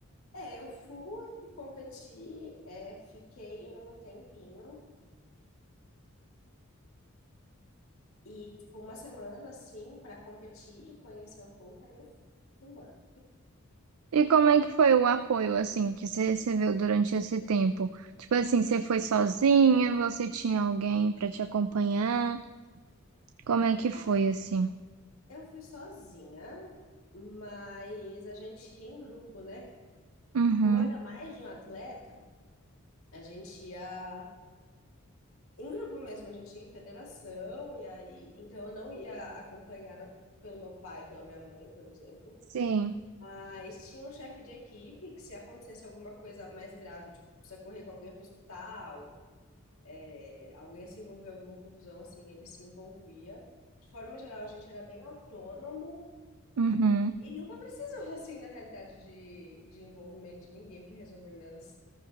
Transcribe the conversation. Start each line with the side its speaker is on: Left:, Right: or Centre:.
Left: É, eu fui competir, é, fiquei um tempinho e, tipo, uma semana assim para competir e conhecer um pouco, aí eu fui embora.
Right: E como é que foi o apoio, assim, que você recebeu durante esse tempo? Tipo assim, você foi sozinha? Você tinha alguém pra te acompanhar? Como é que foi
Left: Ó,
Right: assim?
Left: eu fui sozinha, mas a gente ia em grupo, né?
Right: Uhum.
Left: Como era mais de um atleta, a gente ia Em grupo mesmo, a gente ia em federação, e aí. Então, eu não ia acompanhada pelo meu pai, pela minha mãe, por exemplo.
Right: Sim.
Left: Mas tinha um chefe de equipe que, se acontecesse alguma coisa mais grave, tipo, precisa correr com alguém para o hospital, é, alguém se envolveu em alguma confusão, assim, ele se envolvia. De forma geral, a gente era bem autônomo
Right: Uhum.
Left: e nunca precisou, <laughs> assim, na realidade, de, de envolvimento de ninguém para resolver minhas,